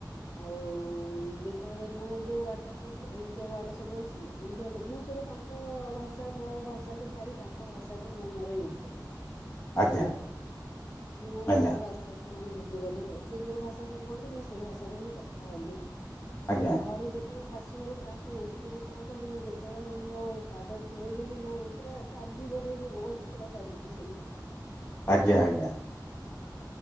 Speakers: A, on the left; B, on the left.
A: ଆଉ ଯେତେବେଳେ ମୁଁ ଯୋଉ ୱାର୍ଡଟା କହୁଥିଲି ଏମତିଆ ୱାର୍ଡ ସବୁ ଅଛି ଏମିତିଆ ମୁଁ ସବୁ ତାଙ୍କ ଭାଷା ମୋ ଭାଷା କୁ ଛାଡି ତାଙ୍କ ଭାଷାକୁ ମୁଁ ମୋର ୟୁଜ୍ କଲି ସେତେବେଳେ
B: ଆଜ୍ଞା
A: ମୁଁ ମୋ
B: ଆଜ୍ଞା
A: ଭାଷାକୁ ଆସ୍ ଆସ୍ତେ ଆସ୍ତେ ମାନେ ଭୁଲିଗଲି ତେ ସେ ଯୋଉ ଭାଷା ସବୁ କୁହନ୍ତି ମୁଁ ସେଇ ଭାଷାରେ ହିଁ କଥା ହେଲି ସବୁ।
B: ଆଜ୍ଞା
A: ମୋରୁ ଯେତେବେଳେ ଶାଶୁଘର ଫାଷ୍ଟ ଏଣ୍ଟ୍ରି ଯେତେଳେ କଲି ମୁଁ ଯେତେଳେ ମୋ ପାଦ ଥୋଇଦେଲି ମୁଁ ପୁରା କାନ୍ଦି ପକେଇଲି ମୁଁ ପୁରା କାନ୍ଦିଲି ସେ ଦିନ।
B: ଆଜ୍ଞା ଆଜ୍ଞା।